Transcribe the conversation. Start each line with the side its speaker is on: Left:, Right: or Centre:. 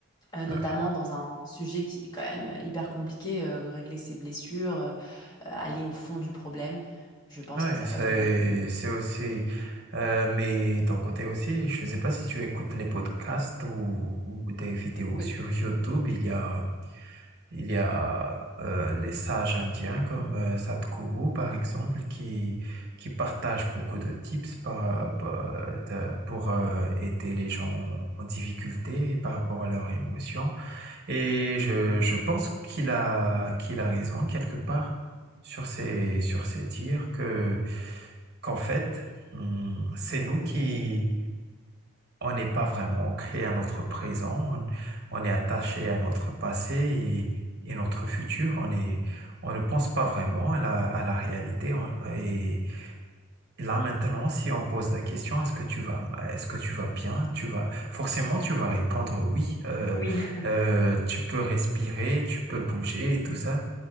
Left: euh, notamment
Right: Ouais.
Left: dans un, un sujet qui est quand même hyper compliqué, euh, régler ses blessures, euh, euh, aller au fond du problème. Je pense
Right: Ah
Left: que
Right: Ouais,
Left: ça
Right: c'est,
Left: peut être une bonne...
Right: c'est aussi. euh, mais ton côté aussi, je ne sais pas si tu écoutes les podcasts ou, ou des vidéos
Left: Oui.
Right: sur YouTube. Il y a, il y a euh, les sages indiens comme euh, Sadhguru, par exemple, qui, qui partagent beaucoup de tips par, par- de- pour euh, aider les gens en difficulté par rapport à leurs émotions. Et je, je pense qu'il a, qu'il a raison quelque part sur ces, sur ces dires que, qu'en fait, hum, c'est nous qui, on n'est pas vraiment ancré à notre présent, on, on est attaché à notre passé et, et notre futur, on est, on ne pense pas vraiment à la, à la réalité on- et, Là maintenant, si on pose la question, est-ce que tu vas, est-ce que tu vas bien? Tu vas, forcément, tu vas répondre oui. euh,
Left: Oui,
Right: euh, tu peux respirer, tu peux bouger et tout ça.